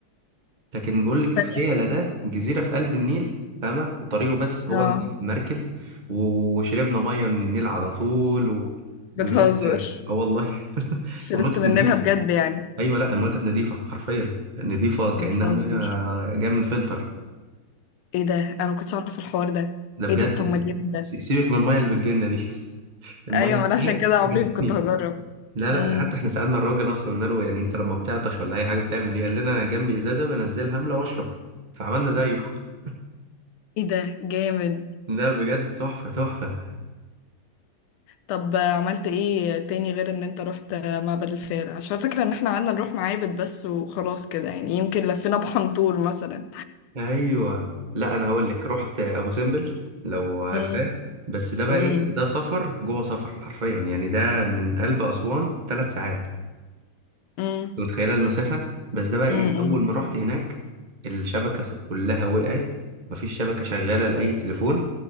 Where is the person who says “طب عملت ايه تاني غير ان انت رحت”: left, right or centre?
Left